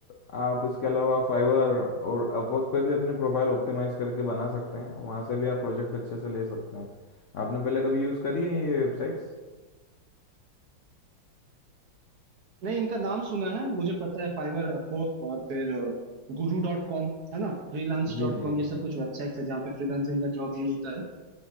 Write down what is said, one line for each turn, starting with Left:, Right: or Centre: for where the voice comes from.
Left: अ, आप इसके अलावा फाइवर और अपवर्क पे भी अपने प्रोफाइल ऑप्टिमाइज करके बना सकते हैं वहाँ से भी आप प्रोजेक्ट अच्छे से ले सकते हैं आपने पहले कभी यूज़ करी है ये वेबसाइट्स
Right: नहीं इनका नाम सुना है मुझे पता है फाइबर अपवर्क और फिर गुरु डॉट कॉम है ना फ्रीलांस
Left: जी
Right: डॉट
Left: जी
Right: कॉम ये सब कुछ वेबसाइट्स है जहाँ पे फ्रीलांसिंग का जॉब भी होता है